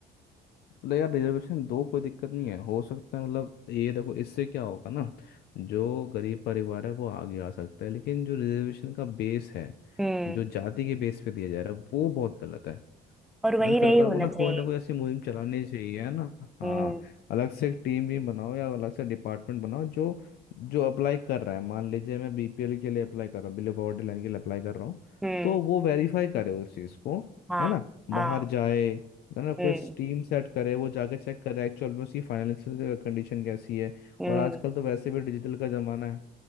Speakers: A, on the left (about 70°); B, in the centre.
A: मतलब यार रिजर्वेशन दो कोई दिक्कत नहीं है हो सकता है मतलब ये देखो इससे क्या होगा ना जो गरीब परिवार है वो आगे आ सकता है लेकिन जो रिजर्वेशन का बेस है
B: हम्म
A: जो जाति के बेस पे दिया जा रहा है वो बहुत गलत है
B: और वही
A: अरे
B: नहीं
A: सरकार
B: होना
A: को ना
B: चाहिए
A: कोई ना कोई ऐसी मुहिम चलानी चाहिए है ना हाँ
B: हम्म
A: अलग से एक टीम भी बनाओ या अलग से डिपार्टमेंट बनाओ जो जो अप्लाई कर रहा है मान लीजिए मैं बीपीएल के लिए अप्लाई कर रहा हूँ बिलो पॉवर्टी लाइन के लिए अप्लाई कर रहा हूँ
B: हम्म
A: तो वो वेरीफाई करे उस चीज़ को
B: हाँ
A: है ना
B: हाँ
A: बाहर जाए है ना कोई
B: हम्म
A: टीम सेट करे वो जाके चेक करे एक्चुअल में उसकी फाइनेंशियल कंडीशन कैसी है
B: हम्म
A: और आजकल तो वैसे भी डिजिटल का ज़माना है